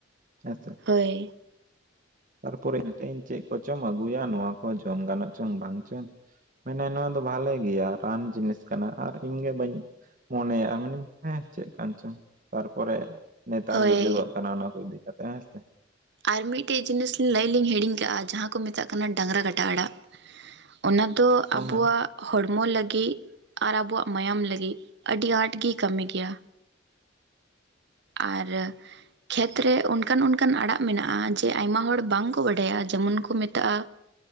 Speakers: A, on the right (about 45°); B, on the right (about 65°).
A: ᱦᱮᱸᱥᱮ
B: ᱦᱳᱭ᱾
A: ᱛᱟᱨᱯᱚᱨᱮ ᱱᱤᱛᱚᱜ ᱤᱧ ᱪᱮᱫ ᱠᱚᱪᱚᱝ ᱟᱹᱜᱩᱭᱟ ᱱᱚᱣᱟ ᱠᱚ ᱡᱚᱢ ᱜᱟᱱᱚᱜ ᱪᱚᱝ ᱵᱟᱝ ᱪᱚᱝ ᱢᱮᱱᱟᱭ ᱱᱚᱣᱟ ᱫᱚ ᱵᱷᱟᱞᱮ ᱜᱮᱭᱟ ᱨᱟᱱ ᱡᱤᱱᱤᱥ ᱠᱟᱱᱟ ᱟᱨ ᱤᱧᱜᱮ ᱵᱟᱹᱧ ᱢᱚᱱᱮᱭᱟᱜ-ᱟ ᱢᱮᱱᱤᱧ ᱦᱮᱸ ᱪᱮᱫ ᱠᱟᱱ ᱪᱚᱝ ᱛᱟᱨᱯᱚᱨᱮ ᱱᱮᱛᱟᱨ
B: ᱦᱳᱭ
A: ᱵᱩᱡᱷᱟᱹ ᱜᱚᱜ ᱠᱟᱱᱟ ᱚᱱᱟ ᱠᱚ ᱤᱫᱤ ᱠᱟᱛᱮ ᱦᱮᱸᱥᱮ᱾
B: ᱟᱨ ᱢᱤᱫᱴᱮᱡ ᱡᱤᱱᱤᱥ ᱞᱟᱹᱭ ᱞᱤᱧ ᱦᱤᱲᱤᱧ ᱠᱟᱜ-ᱟ ᱡᱟᱦᱟᱸ ᱠᱚ ᱢᱮᱛᱟᱜ ᱠᱟᱱᱟ ᱰᱟᱝᱨᱟ ᱠᱟᱴᱟ ᱟᱲᱟᱜ, ᱚᱱᱟ ᱫᱚ
A: ᱚᱱᱟ
B: ᱟᱵᱚᱣᱟᱜ ᱦᱚᱲᱢᱚ ᱞᱟᱹᱜᱤ ᱟᱨ ᱟᱵᱚᱣᱟᱜ ᱢᱟᱭᱟᱢ ᱞᱟᱹᱜᱤ ᱟᱹᱰᱤ ᱟᱸᱴ ᱜᱮᱭ ᱠᱟᱹᱢᱤ ᱜᱮᱭᱟ᱾ ᱟᱨ ᱠᱷᱮᱛᱨᱮ ᱚᱱᱠᱟᱱ ᱚᱱᱠᱟᱱ ᱟᱲᱟᱜ ᱢᱮᱱᱟᱜ-ᱟ ᱡᱮ ᱟᱭᱢᱟ ᱦᱚᱲ ᱵᱟᱝᱠᱚ ᱵᱟᱰᱟᱭᱟ ᱡᱮᱢᱚᱱ ᱠᱚ ᱢᱮᱛᱟᱜ-ᱟ,